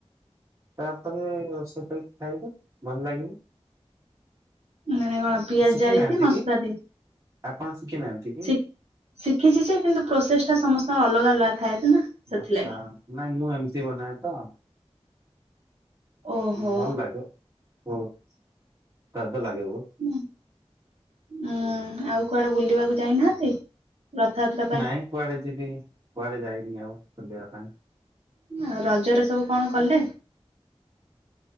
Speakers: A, on the right; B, on the right.
A: ତାପରେ ସେ <unintelligible> ଖାଇବେ ଭଲ ଲାଗିବ।
B: ମାନେ କଣ ପିଆଜ ଜାରିକି
A: ଶିଖି ନାହାନ୍ତି
B: ମସଲା
A: କି
B: ଦେଇକି
A: ଆପଣ ଶିଖି ନାହାନ୍ତି?
B: ଶି ଶିଖିଛି ଯେ କିନ୍ତୁ ପ୍ରୋସେସ ଟା ସମସ୍ତଙ୍କର ଅଲଗା ଅଲଗା ଥାଏ ନା। ସେଥିଲାଗି।
A: ଆଛା ନାଇଁ ମୁଁ ଏମିତି ବନାଏ ତ।
B: ଓହୋ
A: ଭଲ ଲାଗେ ବହୁତ ସ୍ୱାଦ ଲାଗେ ବହୁତ।
B: ଉଁ ଆଉ କୁଆଡେ ବୁଲିବାକୁ ଯାଇନାହାନ୍ତି? ରଥାଯାତ୍ରା
A: ନାଇଁ କୁଆଡେ ଯିବି କୁଆଡେ ଯାଇନି ଆଉ ବୁଲିବା ପାଇଁ?
B: ଆଉ ରଜରେ ସବୁ କଣ କଲେ?